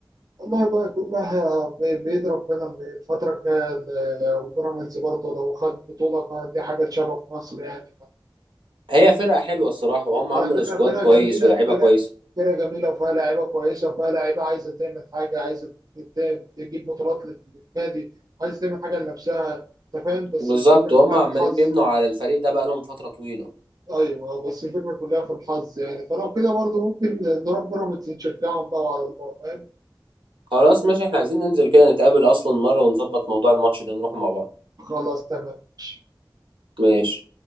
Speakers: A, on the right; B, on the right.
A: والله بقى كلها ب- بإيد ربنا من الفترة الجاية ال- وبيراميدز برضه لو خد بطولة فدي حاجة تشرف مصر يعني
B: هي فرقة حلوة الصراحة وهم عملوا
A: على فكرة
B: سكواد
A: فرقة
B: كويس
A: جميلة
B: ولاعيبة
A: فرقة
B: كويسة
A: فرقة جميلة وفيها لعيبة كويسة وفيها لعيبة عايزة تعمل حاجة عايزة ت- تجيب بطولات لل- للنادي عايزة تعمل حاجة لنفسها أنت فاهم بس
B: بالظبط
A: الفكرة كلها
B: وهم عمالين
A: في الحظ
B: بيبنوا على الفريق ده بقالهم فترة طويلة
A: أيوه بس الفكرة كلها في الحظ يعني فلو كده برضه ممكن نروح بيراميدز نشجعهم بقى على الله فاهم
B: خلاص ماشي احنا عايزين ننزل كده نتقابل أصلا مرة ونظبط موضوع الماتش ده نروح مع بعض
A: خلاص تمام ماشي
B: ماشي